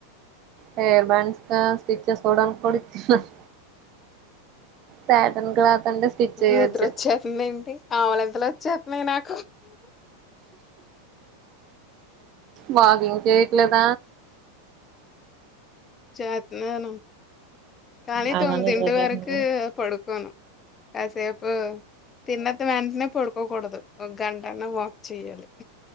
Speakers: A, on the right; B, on the left.
A: హయిర్ బ్యాండ్స్ స్టిచ్చెస్ కూడాడ కూడిచ్చటన్ సాటిన్ క్లాత్ అంటే స్టిచ్ చేయొచ్చు
B: నిద్రొచ్చేత్తుంది ఏంటి అవలింతలు వచ్చేతూన్నాయి నాకు
A: వాకింగ్ చెయ్యట్లేద
B: చేత్నాను కానీ
A: అయన
B: తొమ్మిదింటి
A: నిద్ర లేస్తున్నాడు
B: వరకు పడుకోను కాసేపు తిన్నది వెంటనే పడుకోకూడదు ఒక గంటనే వాక్ చెయ్యాలి